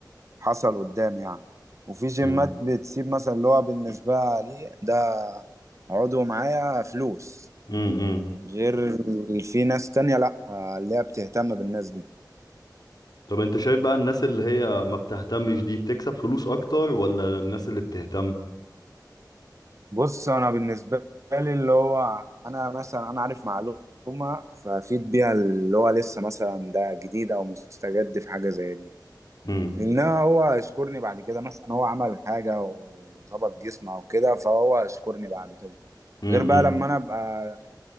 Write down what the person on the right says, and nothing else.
حصل قدام يعني وفي جيمات
بتسيب مثلا اللي هو بالنسبة لي ده عضو معايا فلوس
غير في ناس تانية لأ آه، اللي هي بتهتم بالناس دي
بص أنا بالنسبة لي اللي هو أنا مثلا أنا عارف معلومة فأفيد بيها اللي هو لسه مثلا ده جديد أو مستجد في حاجة زي دي
إنما هو يشكرني بعد كده مثلا هو عمل حاجة وظبط جسمه أو كده فهو يشكرني بعد كده
غير بقى لما أنا أبقى